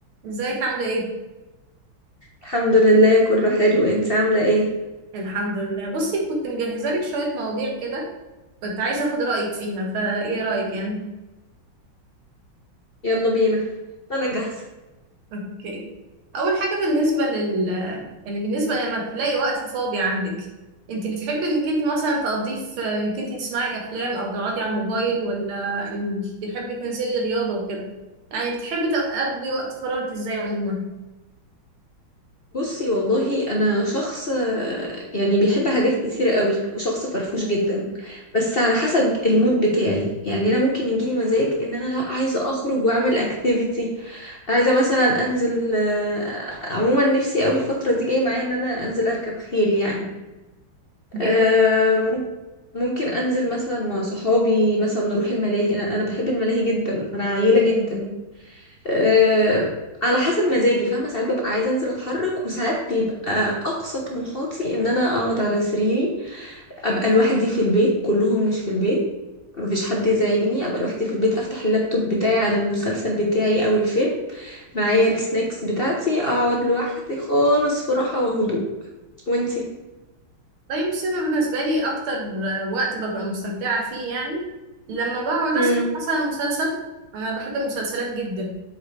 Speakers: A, on the right; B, on the left.
A: ازيك عاملة ايه؟
B: الحمد لله كله حلو انت عاملة ايه
A: الحمد لله بصي كنت مجهزة لك شوية مواضيع كده كنت عايزة اخد رأيك فيها فايه رأيك يعني؟
B: يلا بينا انا جاهزة
A: اوكي اول حاجة بالنسبة لل يعني بالنسبة لما تلاقي وقت فاضي عندك انت بتحبي انك انت مثلا تقضيه في انك انت تسمعي افلام او تقعدي على الموبايل ولا انك بتحبي تنزلي رياضة وكده يعني بتحبي تقضي وقت فراغك ازاي عموما؟
B: بصي والله انا شخص آه، يعني بيحب حاجات كتير قوي وشخص فرفوش جدا بس على حسب المود بتاعي يعني انا ممكن يجيلي مزاج ان انا لا عايزة اخرج واعمل اكتيفيتي عايزة مثلا انزل آه، عموما نفسي قوي الفترة دي جاي معايا ان انا انزل اركب خيل يعني
A: جامد
B: آه، مم- ممكن انزل مثلا مع صحابي مثلا نروح الملاهي انا انا بحب الملاهي جدا انا عيلة جدا أه على حسب مزاجي فاهمة ساعات ببقى عايزة انزل اتحرك وساعات بيبقى اقصى طموحاتي ان انا اقعد على سريري ابقى لوحدي في البيت كلهم مش في البيت مفيش حد يزعجني ابقى لوحدي في البيت افتح اللابتوب بتاعي على المسلسل بتاعي او الفيلم معايا السناكس بتاعتي اقعد لوحدي خالص في راحة وهدوء وانتي
A: طيب بس انا بالنسبه لي اكتر وقت ببقى مستمتعه فيه يعني لما بقعد
B: امم
A: اسمع مثلا مسلسل انا بحب المسلسلات جدا